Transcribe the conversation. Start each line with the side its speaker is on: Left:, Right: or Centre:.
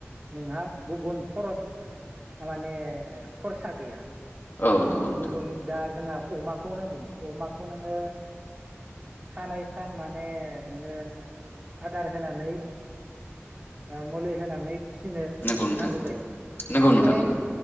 Right: नोंहा गुबुन खरस माने खरसा गैया।
Left: औ नंगौ नोंथां
Right: गुबन दाज जोंहा अमाखौनो बुं अमाखौ नोङो सानै सान माने नोङो आदार होनानै ओ मुलि होनानै फिसिनो
Left: नंगौ नोंथां
Right: नांगौ जायो
Left: नंगौ
Right: नाथाय
Left: नोंथां नंगौ